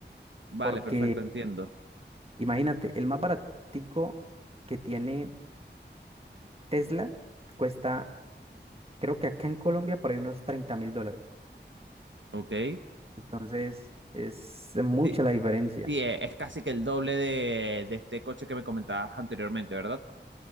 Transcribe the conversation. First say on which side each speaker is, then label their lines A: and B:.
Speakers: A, on the right; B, on the right.
A: vale,
B: Porque
A: perfecto, entiendo.
B: imagínate, el más baratico que tiene Tesla cuesta Creo que acá en Colombia por ahí unos treinta mil dólares.
A: Ok.
B: Entonces es mucha
A: Sí,
B: la diferencia.
A: sí, eh, es casi que el doble de, de este coche que me comentabas anteriormente, ¿verdad?